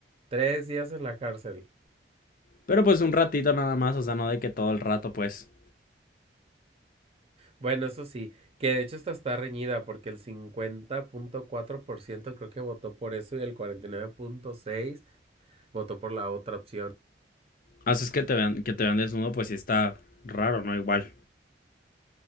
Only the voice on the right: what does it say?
Tres días en la cárcel.
Bueno, eso sí, que de hecho esta está reñida porque el cincuenta punto cuatro por ciento creo que votó por eso y el 49.6% votó por la otra opción.